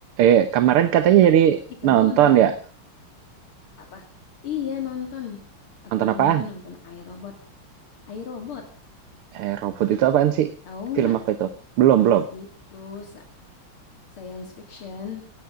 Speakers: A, on the right; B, on the left.
A: Eh, kemarin katanya jadi
B: Ih, kamu
A: nonton
B: udah
A: ya.
B: apa? Iya, nonton. Aku
A: Nonton
B: kemarin
A: apaan?
B: nonton iRobot. iRobot,
A: Eh, robot itu apaan sih?
B: tahu
A: Film
B: nggak?
A: apa itu? Belum, belum.
B: Itu sa- science fiction